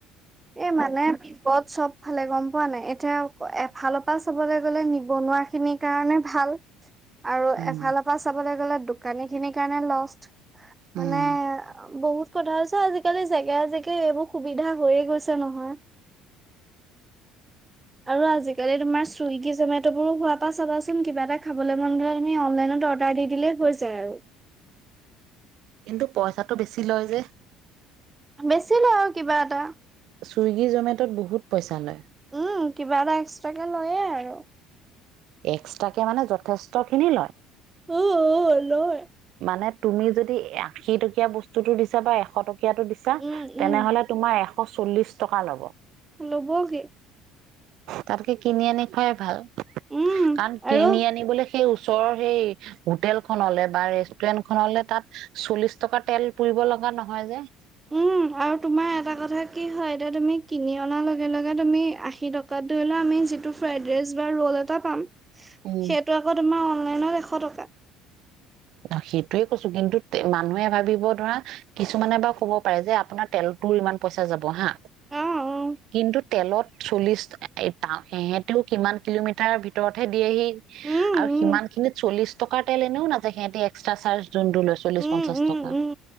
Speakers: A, on the right; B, on the right.
A: এই মানে বিপদ চব ফালে গ'ম পোৱা নাই? এতিয়া এফালৰপা চবলৈ গ'লে নিবনুৱা খিনিৰ কাৰণে ভাল। আৰু
B: উম
A: এফালৰ পৰা চাবলৈ গ'লে দোকানী খিনিৰ কাৰণে লষ্ট।
B: উম
A: মানে বহুত কথা হৈছ আজিকালি জেগাই জেগাই এইবোৰ সুবিধা হৈয়ে গৈছে আছে নহয়। আৰু আজিকালি তোমাৰ চুইগি জমেটোবোৰো হোৱাৰ পৰা চাবাচোন কিবা এ খাবলৈ মন গ'লে আমি অনলাইনত অৰ্ডাৰ দি দিলেই আৰু হয় যায়।
B: টো পইচাটো বেছি লয় যে?
A: বেচিলে আৰু কিবা এটা
B: চুইগী জমেট'ত বহুত পইচা লয়।
A: উম কিবা এটা এক্সট্ৰাকে লয়ে আৰু।
B: এক্সট্ৰাকে মানে যথেষ্ট খিনি লয়।
A: <unintelligible> লয়।
B: মানে তুমি যদি আশী টকীয়া বস্তুতো দিছা বা এশ টক কীয়া দিছা,
A: উম
B: তেনেহলে
A: উম
B: তোমাৰ এ এশ চল্লিশ টকা ল'ব।
A: ল'বগে।
B: তাতকে কিনি আনি খুৱাই ভাল।
A: উম
B: কাৰণ কিনি
A: আৰু
B: আনিবলৈ সেই ওচৰৰ হেই হোটেলখননলে বা ৰে ষ্টুৰেন্টখনলে তাত চল্লিশ টকা তেল পুৰিব লগা নহয় যে।
A: উম। আৰু তোমাৰ এটা কথা কি হয়, এতিয়া তুমি কিনি অনাৰ লগে লগে তুমি আশী টকাত ধৰি লোৱা আমি যিটো ফ্ৰাইড ৰাইচ বা ৰ'ল এটা পাম
B: উম
A: সেইটো আকৌ তোমাৰ অন অনলাইনত এশ টকা।
B: অ', সেইটোয়ে কৈছো। কিন্তু তে-মানুহে ভাবিব ধৰা কিছুমানে বাৰু কব পাৰে যে আপোনাৰ তেলতোও ইমান পইচা যাব হা।
A: অ অ
B: কিন্তু তেলত চল্লিশ <unintelligible> সেহেতেও কিমান কিলোমিটাৰ ভিতৰতহে দিয়েহি
A: উম
B: আৰু
A: উম
B: সিমানখিনত চল্লিশ টকাৰ তেল এনেও না যায়। সিহতে এক্সটা চাৰ্জ যোনটো লয় চল্লিশ-পঞ্চাশ
A: উম উম
B: টকা,
A: উম